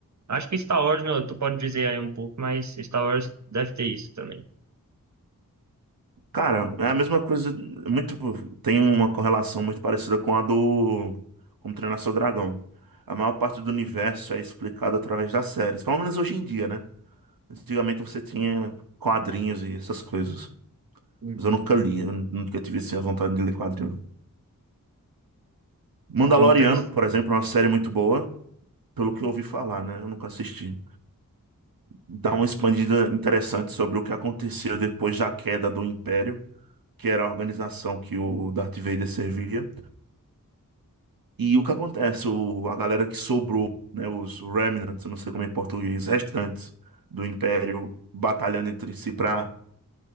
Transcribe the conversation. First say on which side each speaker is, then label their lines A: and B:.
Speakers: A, on the right; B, on the right.
A: Acho que Star Wars, né, tu pode dizer aí um pouco, mas Star Wars deve ter isso também.
B: Cara, é a mesma coisa. é Muito, tem uma correlação muito parecida com a do Como Treinar Seu Dragão. A maior parte do universo é explicado através das séries. Pelo menos hoje em dia, né? Antigamente você tinha quadrinhos e essas coisas.
A: Uhum.
B: Mas eu nunca li, eu nu- nunca tive assim, a vontade de ler quadrinho. Mandaloriano,
A: Interessante.
B: por exemplo, é uma série muito boa, pelo que eu ouvi falar, né? Eu nunca assisti. Dá uma expandida interessante sobre o que aconteceu depois da queda do Império, que era a organização que o Darth Vader servia. E o que acontece, o, a galera que sobrou, né? Os Remnants, eu não sei como é em português, restantes do Império, batalhando entre si pra